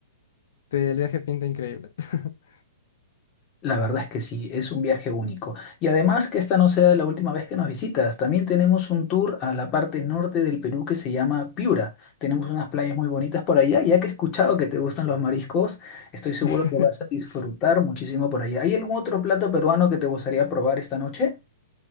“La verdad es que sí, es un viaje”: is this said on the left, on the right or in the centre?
Left